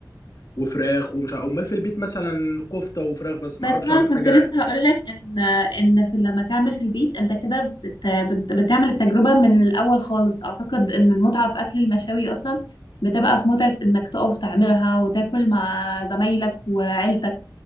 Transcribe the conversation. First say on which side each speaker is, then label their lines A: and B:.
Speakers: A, on the left (about 50°); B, on the left (about 80°).
A: وفراخ ومش عارف امال في البيت مثلا كفته وفراخ بس ما
B: بس
A: اعرفش
B: انا
A: اعمل
B: كنت
A: حاجه
B: لسه هقولك ان ان في لما تعمل في البيت انت كده بت بت بتعمل التجربه من الاول خالص اعتقد ان المتعه في اكل المشاوي اصلا بتبقى في متعه انك تقف تعملها وتاكل مع زمايلك وعيلتك